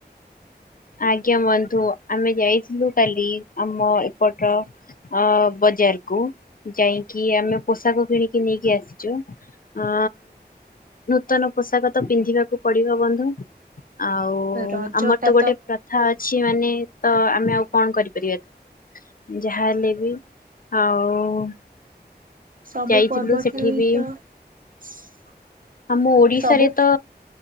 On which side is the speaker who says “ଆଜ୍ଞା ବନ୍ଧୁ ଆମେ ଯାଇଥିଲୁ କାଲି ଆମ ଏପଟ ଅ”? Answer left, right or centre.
Left